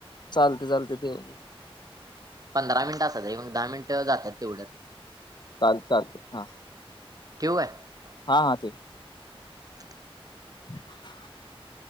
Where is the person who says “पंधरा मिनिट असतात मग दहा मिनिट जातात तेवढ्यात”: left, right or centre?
Right